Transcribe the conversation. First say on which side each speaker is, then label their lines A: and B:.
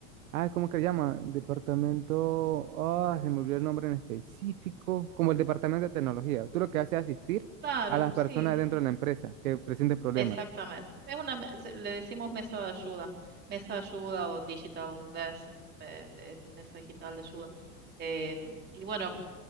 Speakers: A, on the right (about 80°); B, on the right (about 25°).
A: Ah, ¿cómo que le llama? Departamento. Ah, se me olvidó el nombre en específico. Como el departamento de tecnología. Tú lo que haces es asistir
B: Claro,
A: a las
B: sí.
A: personas dentro de la empresa que presenten problemas.
B: Exactamente. Es una, me- se- le decimos mesa de ayuda, mesa de ayuda o digital desk, eh, de- mesa digital de ayuda. Em, y bueno,